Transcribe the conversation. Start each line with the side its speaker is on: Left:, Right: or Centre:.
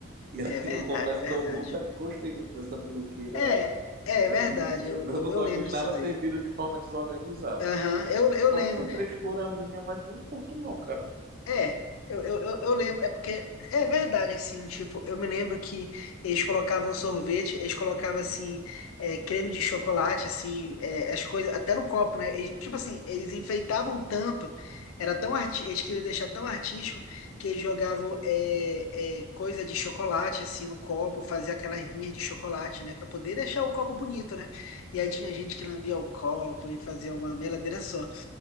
Right: E assim,
Left: É verdade,
Right: eu confesso
Left: é verdade.
Right: que eu nunca gostei muito dessa melequeira
Left: É, é
Right: Assim,
Left: verdade,
Right: eu
Left: eu, eu,
Right: não
Left: eu
Right: gosto
Left: lembro
Right: de nada
Left: disso daí.
Right: servido de forma desorganizada.
Left: Aham, eu, eu
Right: Pode
Left: lembro.
Right: ser frescura minha, mas não curto não, cara.
Left: É, eu, eu, eu eu lembro, é porque é verdade, assim, tipo, eu me lembro que eles colocavam sorvete, eles colocavam, assim, é, creme de chocolate, assim, é, as coisas, até no copo, né? Eles- tipo assim, eles enfeitavam tanto, era tão arti eles queriam deixar tão artístico que eles jogavam é, é, coisa de chocolate, assim, no copo, fazia aquelas linhas de chocolate, né? Pra poder deixar o copo bonito, né? E aí tinha gente que lambia o copo e fazia uma meladeira só.